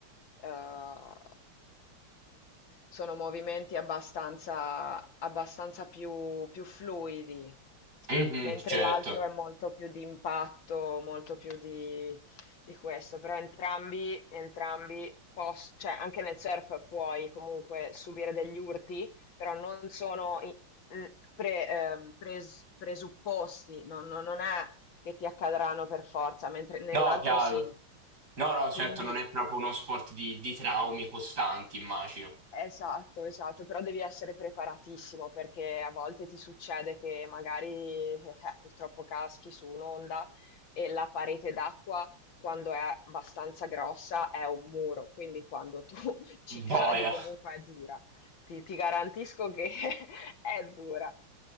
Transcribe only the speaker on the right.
mhm,
certo.
No, chiaro.
No, no,
certo, non è proprio uno sport di, di traumi costanti, immagino.
Boia,